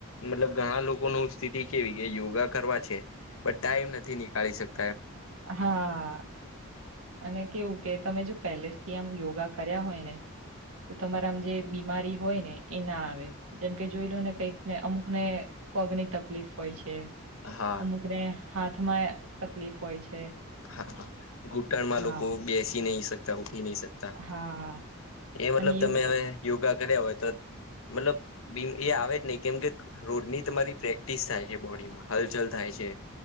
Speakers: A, on the left; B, on the right.
A: મતલબ ઘણા લોકો ન સ્થિતિ કેવી કે યોગા કરવા છે, પણ ટાઈમ નથી, નીકાળી શક
B: હા, અને કેવું કે તમે જો પેલેસ થી, આમ યોગા કર્યા હોય, ને તો તમારામ જે બીમારી હોય, ને એ ના આવે જેમકે જોઈ, લો ને કઈકને અમુકને પગની તકલીફ હોય છે,
A: હા
B: અમુકને હાથમાં તકલીફ હોય છે.
A: હા, હા ઘૂંટણમા
B: હા
A: લોકો બેસી નહી, શકતા. નકતા,
B: હા
A: એ મતલબ
B: અને યુગ
A: તમે હવે, યોગા કર્યા હોય તો મતલબ એ આવે જ નહીિ, કેમ કે રોડની તમારી પ્રેક્ટિસ થાય છે, બોડીમાં હલચલ થાય છે.